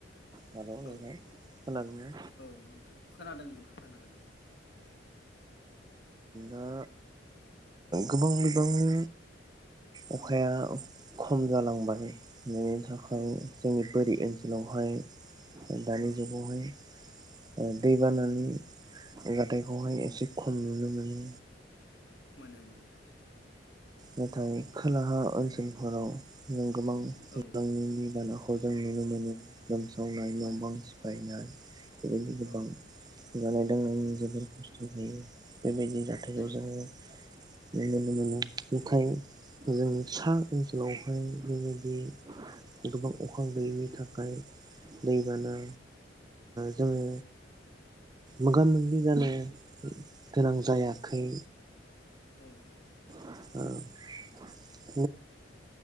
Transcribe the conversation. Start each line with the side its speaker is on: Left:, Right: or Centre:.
Right: हेलौ नोंथां
Left: औ
Right: खोनादोंना
Left: औ नोंथां खोनादों नोंथां खोनादों
Right: दा गोबां बिबांनि अखाया
Left: औ
Right: खम जालांबाय बेनि थाखाय
Left: औ
Right: जोंनि बोरि ओनसोलाव ओनसोलाव हाय दानि
Left: औ
Right: जुगावहाय ओ दैबानानि
Left: औ
Right: जाथायखौहाय एसे खम नुनो मोनो।
Left: मोनो - मोनो
Right: नाथाय खोलाहा ओनसोलफोराव जों गोबां बिबांनि
Left: औ
Right: दै बाना खौ जों नुनो मोनो लोमसावनाय
Left: मोनो
Right: न' बां
Left: मोनो
Right: सिफायनाय बेबायदि गोबां
Left: औ
Right: जानाय लोंनायनि
Left: औ
Right: जोबोर खस्थ' हायो बेबायदि जाथायखौ
Left: जायो
Right: जोंङो
Left: जायो
Right: नुनो मोनो ओंखाय
Left: औ
Right: जोंनि सा ब ओनसोलावहाय बेबायदि गोबां अखा गैयैनि थाखाय दैबाना
Left: औ
Right: जोङो मोगा मोगि जानाय गोनां
Left: औ
Right: जायाखै
Left: औ
Right: <unintelligible> औ <unintelligible>